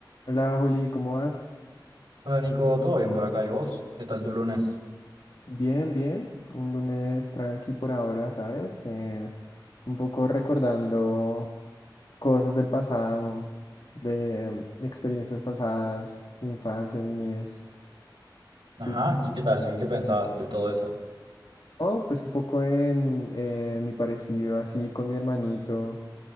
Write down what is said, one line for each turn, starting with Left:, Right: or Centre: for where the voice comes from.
Left: Hola Juli, ¿cómo vas?
Right: Hola Nico, ¿todo bien por acá? ¿Y vos? ¿Qué tal tu lunes?
Left: Bien, bien. Un lunes tranqui por ahora, ¿sabes? Eh, un poco recordando cosas del pasado, de, de experiencias pasadas, infancia, niñez.
Right: Ajá,
Left: ¿Tú?
Right: ¿y qué tal? ¿En qué pensabas de todo eso?
Left: Oh, pues un poco en eh, mi parecido así con mi hermanito.